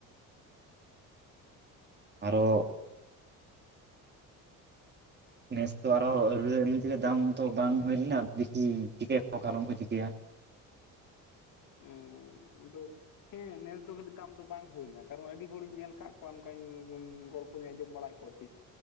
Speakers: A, on the right (about 30°); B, on the left (about 65°).
A: ᱟᱨᱚ- ᱱᱮᱥ ᱛᱚ ᱟᱨᱚ ᱮ ᱮᱢᱱᱤ ᱛᱮᱜᱮ ᱫᱟᱢ ᱛᱚ ᱵᱟᱝ ᱦᱩᱭ ᱞᱮᱱᱟ ᱫᱤᱠᱤ ᱪᱤᱠᱟᱹᱭᱟᱠᱚ ᱠᱷᱞᱚᱢ ᱠᱚ ᱪᱤᱠᱟᱹᱭᱟ?
B: ᱚ ᱟᱫᱚ, ᱦᱮᱸ ᱱᱮᱥ ᱫᱚ ᱢᱟᱱᱮ ᱫᱟᱢ ᱫᱚ ᱵᱟᱝ ᱦᱩᱭ ᱞᱮᱱᱟ ᱠᱟᱨᱚᱱ ᱟᱹᱰᱤ ᱦᱚᱲᱤᱧ ᱧᱮᱞ ᱠᱟᱫ ᱠᱚᱣᱟ ᱱᱚᱝ ᱜᱚᱞᱯᱚ ᱫᱩᱧ ᱟᱸᱡᱚᱢ ᱵᱟᱲᱟᱭᱮᱫ ᱠᱚᱣᱟ ᱛᱟᱦᱮᱸ